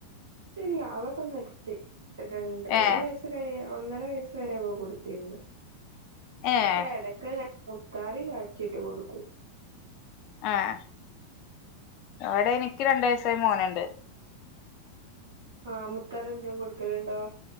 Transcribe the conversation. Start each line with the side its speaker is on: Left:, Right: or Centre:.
Right: ഇല്ല അതൊക്കെ നിർത്തി രണ്ട് ഒരു
Left: ഏഹ്
Right: വയസ്സ് കഴിയാ ഒന്നര വയസ് വരെ ഒക്കെ കൊടുത്തിര്ന്ന്
Left: ഏഹ്
Right: ഇപ്പൊ എടക്ക് മുത്താറി കാച്ചീട്ട് കൊടുക്കും.
Left: ആഹ് ഇവടെ എനിക്ക് രണ്ട് വയസായ മോന്ണ്ട്.
Right: ആഹ് മുത്താറി എന്തേം കൊടുക്കല്ണ്ടോ?